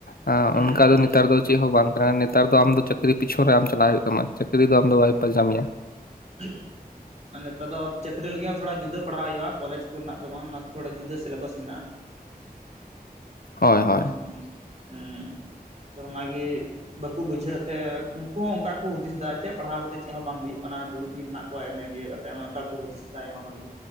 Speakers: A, on the left; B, on the right.
A: ᱮᱸᱻ
B: ᱦᱩᱸ
A: ᱚᱱᱠᱟ
B: ᱦᱩᱸ
A: ᱫᱚ ᱱᱮᱛᱟᱨ ᱫᱚ ᱪᱮᱫ ᱦᱚᱸ ᱵᱟᱝ ᱠᱟᱱᱟ ᱱᱮᱛᱟᱨ ᱫᱚ ᱟᱢ ᱫᱚ ᱪᱟᱹᱠᱨᱤ ᱯᱤᱪᱷᱚᱱ ᱨᱮ ᱟᱢ ᱪᱟᱞᱟᱜ ᱦᱩᱭᱩᱜ ᱛᱟᱢᱟ ᱪᱟᱹᱠᱨᱤ ᱫᱚ ᱟᱢ ᱫᱚ ᱵᱟᱭ ᱯᱟᱧᱡᱟ ᱢᱮᱭᱟ,
B: <unintelligible> ᱱᱮᱛᱟᱨ ᱫᱚ ᱪᱟᱹᱠᱨᱤ ᱞᱟᱹᱜᱤᱫ ᱦᱚᱸ ᱛᱷᱚᱲᱟ ᱡᱩᱫᱟᱹ ᱯᱟᱲᱦᱟᱣ ᱦᱩᱭᱩᱜᱼᱟ ᱠᱚᱞᱮᱡᱽ ᱠᱚᱨᱮ ᱫᱚ ᱵᱟᱝ ᱛᱷᱚᱲᱟ ᱡᱩᱫᱟᱹ ᱥᱤᱞᱮᱵᱟᱥ ᱢᱮᱱᱟᱜᱼᱟ
A: <inaudible>
B: ᱾
A: ᱦᱳᱭ
B: ᱦᱮᱸ ᱦᱮᱸ,
A: <inaudible>
B: ᱛᱚ ᱚᱱᱟᱜᱮ ᱵᱟᱠᱚ ᱵᱩᱡᱷᱟᱹᱣ ᱮᱜ ᱛᱮ ᱩᱱᱠᱩ ᱦᱚᱸ ᱚᱱᱠᱟ ᱠᱚ ᱦᱩᱫᱤᱥ ᱫᱟ ᱪᱮᱫ ᱯᱟᱲᱦᱟᱣ ᱠᱟᱛᱮᱫ ᱪᱮᱫ ᱦᱚᱸ ᱵᱟᱝ ᱦᱩᱭᱩᱜ ᱠᱟᱱᱟ ᱫᱩᱲᱩᱵ ᱜᱮ ᱢᱮᱱᱟᱜ ᱠᱚᱣᱟ ᱮᱢᱮ ᱵᱤᱭᱮ ᱠᱟᱛᱮᱫ ᱚᱱᱚ ᱚᱱᱠᱟ ᱠᱚ ᱦᱩᱫᱤᱥ ᱮᱟ ᱟᱭᱢᱟ ᱦᱚᱲ ᱜᱮ,